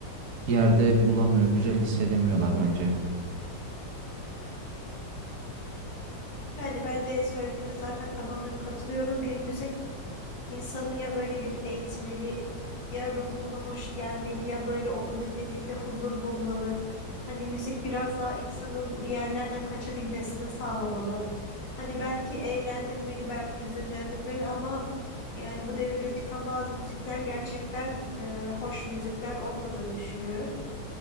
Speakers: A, on the right (about 55°); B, on the left (about 75°).
A: yerde bulamıyor, güzel hissedemiyorlar bence.
B: Yani ben de söylediğine zaten tamamen katılıyorum. Bir müzik İnsanı ya böyle bir eğitmeli, ya ruhuna hoş gelmeli, ya böyle onu dinlediğinde huzur bulmalı. Hani müzik biraz daha insanın bir yerlerden kaçabilmesine sağlamalı. Hani belki eğlendirmeli, belki hüzünlendirmeli ama yani bu devirde çıkan bazı müzikler gerçekten e, hoş müzikler olmadığını düşünüyorum.